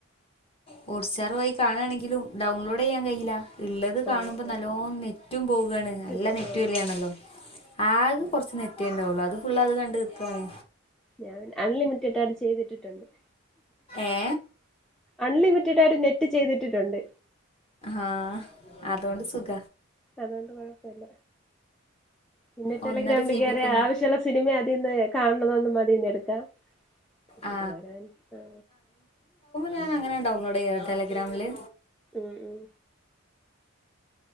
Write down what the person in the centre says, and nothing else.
ഓഹ് ഓഹ്
പോ
ആഹ്
ആഹ്
ഞാൻ അൺലിമിറ്റഡ ചെയ്തിട്ടിട്ടുണ്ട്
അൺലിമിറ്റഡായിട്ട് നെറ്റ് ചെയ്തിട്ടിട്ടുണ്ട്
അതോണ്ട് കൊഴപ്പല്ല പിന്നെ ടെലിഗ്രാമിൽ
കേറിയ
ആവശ്യള്ള സിനിമ അതീന്ന് കാണുന്ന മതീന്ന് എടുക്കാം
ഇത് വരാൻ ആ
ഉം ഉം